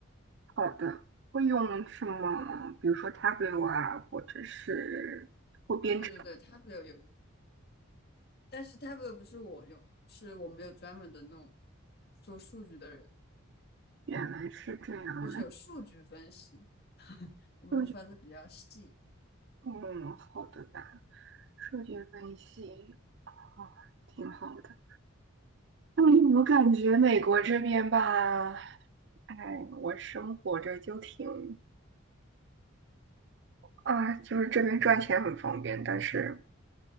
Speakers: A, on the right (about 55°); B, on the left (about 50°).
A: 好的，会用什么？比如说 t a b l e 啊，或者是或编程。
B: 啊，对对对 t a b 有有但是 t a b l e a 不是我用，是我们有专门的那种做数据的人，
A: 原来是这样的，
B: 就是有数据分析，我们分的比较细。
A: 数据嗯，好的吧，数据分析，啊，挺好的。嗯，我感觉美国这边吧，哎，我生活着就挺啊，就是这边赚钱很方便，但是